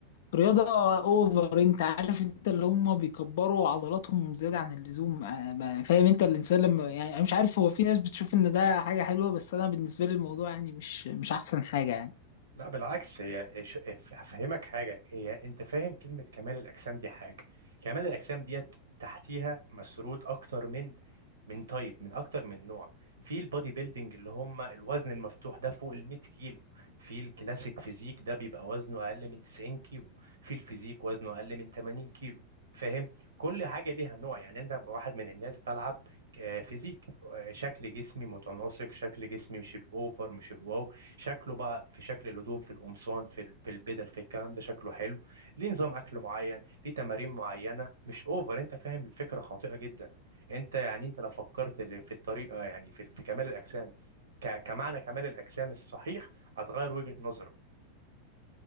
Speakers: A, on the left; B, on the right.
A: رياضة أوفر أنت عارف أنت اللي هم بيكبروا عضلاتهم زيادة عن اللزوم آه، ما- فاهم أنت الإنسان لما يعني أنا مش عارف هو في ناس بتشوف إن ده حاجة حلوة بس أنا بالنسبة لي الموضوع يعني مش مش أحسن حاجة يعني
B: لا بالعكس هي ش- افهمك حاجه هي انت فاهم كلمه كمال الاجسام دي حاجه كمال الاجسام ديت تحتيها مسرود اكتر من من تايب من اكتر من نوع في البودي بيلدينج اللي هم الوزن المفتوح ده فوق ال 100 كيلو في الكلاسيك فيزيك ده بيبقى وزنه اقل من 90 كيلو في الفيزيك وزنه اقل من 80 كيلو فاهم كل حاجه ليها نوع يعني انت واحد من الناس بلعب آه، فيزيك آه، شكل جسمي متناسق شكل جسمي مش الاوفر مش الواو شكله بقى في شكل الهدوم في القمصان في ال- في البدل في الكلام ده شكله حلو ليه نظام اكل معين ليه تمارين معينه مش اوفر انت فاهم الفكره خاطئه جدا انت يعني انت لو فكرت اللي في الطريقه يعني في ال- في كمال الاجسام ك- كمعنى كمال الاجسام الصحيح هتغير وجهه نظرك